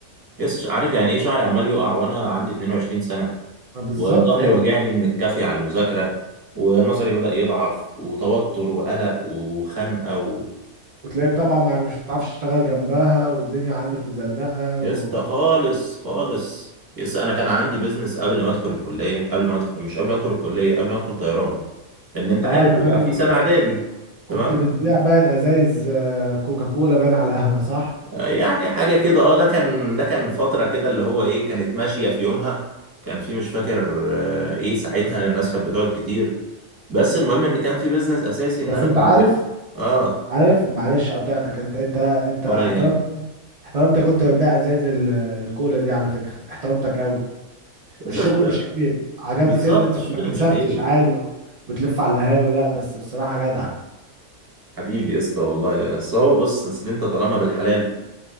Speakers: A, on the right; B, on the right.
A: يا اسطى عارف يعني ايه شعري عمال يقع وانا عندي 22 سنه
B: ما بالظبط
A: وظهري
B: يا ابني
A: واجعني من الكافي على المذاكره ونظري بدأ يضعف وتوتر وقلق وخنقه و...
B: وتلاقيك طبعا ما مش بتعرفش تشتغل جنبها والدنيا عندك مزنقه
A: يا
B: و...
A: اسطى خالص خالص يس انا كان عندي بيزنس قبل ما ادخل الكليه قبل ما ادخل مش قبل ما ادخل الكليه قبل ما ادخل طيران لان انت
B: اه
A: عارف
B: انا فاكر
A: بيبقى في
B: كنت
A: سنه اعدادي
B: كنت
A: تمام
B: كنت بتبيع باين ازايز آه، كوكاكولا باين على القهوه صح
A: آه، يعني حاجه كده اه ده كان ده كان فتره كده اللي هو ايه كانت ماشيه في يومها كان في مش فاكر آه، ايه ساعتها
B: بس
A: الناس كانت بتقعد كتير بس المهم ان كان في بيزنس اساسي
B: بس
A: ان انا
B: انت
A: كنت
B: عارف
A: اه
B: عارف معلش قطعتك انت انت انت
A: ولا
B: احترمت
A: يهم
B: احترمتك وانت بتبيع ازايز ال- الكولا دي على فكره احترمتك قوي
A: بس
B: الشغل
A: أصل-
B: مش عيب عجبني
A: بالظبط
B: فيه ان انت
A: الشغل
B: ما كسفتش
A: مش عيب
B: عادي بتلف على القهاوي لا بس الصراحه جدع
A: حبيبي يا اسطى والله بس هو بص اصل انت طالما بالحلال